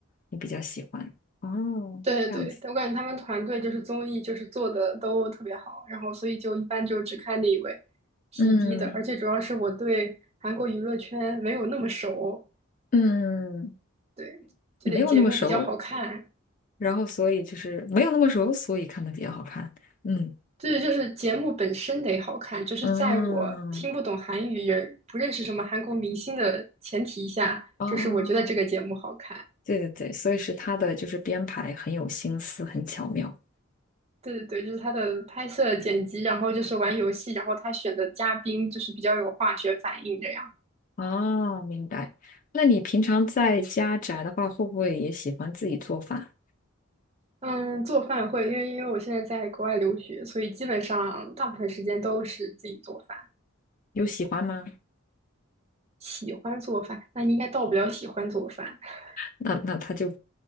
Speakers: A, on the left; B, on the right.
A: 你比较喜欢。哦，
B: 对对对，
A: 这样子，
B: 我感觉他们团队就是综艺就是做的都特别好，然后所以就一般就只看那一位 P
A: 嗯
B: d 的，而且主要是我对韩国娱乐圈没有那么熟，
A: 嗯，
B: 对，就得节目比较好看，
A: 你没有那么熟。然后所以就是没有那么熟，所以看的比较好看。嗯
B: 对，就是节目本身得好看，就是在我听不懂韩语也不认识什么韩国明星的前提下，
A: 嗯哦，
B: 就是我觉得这个节目好看。
A: 对对对，所以是他的就是编排很有心思，很巧妙。
B: 对对对，就是他的拍摄、剪辑，然后就是玩游戏，然后他选的嘉宾就是比较有化学反应这样。
A: 哦，明白。那你平常在家宅的话，会不会也喜欢自己做饭？
B: 嗯，做饭会，因为因为我现在在国外留学，所以基本上大部分时间都是自己做饭。
A: 有喜欢吗？
B: 喜欢做饭，那应该到不了喜欢做饭。<laughs>
A: 那那他就